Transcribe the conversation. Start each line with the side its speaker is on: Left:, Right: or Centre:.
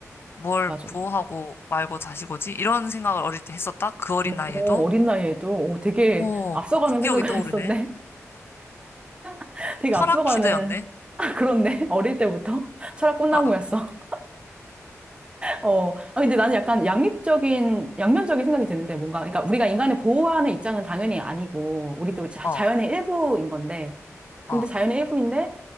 Left: 뭘
Right: 맞아.
Left: 보호하고 말고 자시고지? 이런 생각을 어릴 때 했었다? 그 어린 나이에도?
Right: 오, 어린 나이에도 오, 되게
Left: 오,
Right: 앞서가는
Left: 그, 그 기억이
Right: 생각을
Left: 떠오르네.
Right: 했었네. <laughs> 되게
Left: 철학
Right: 앞서가는,
Left: 키드였네.
Right: 아, 그렇네. 어릴 때부터 <laughs> 철학 꿈나무였어.
Left: <laughs>
Right: 어, 아, 근데 나는 약간 양립적인, 양면적인 생각이 드는데, 뭔가, 그러니까 우리가 인간을 보호하는 입장은 당연히 아니고, 우리도 자,
Left: 어,
Right: 자연의 일부인 건데, 근데
Left: 어,
Right: 자연의 일부인데,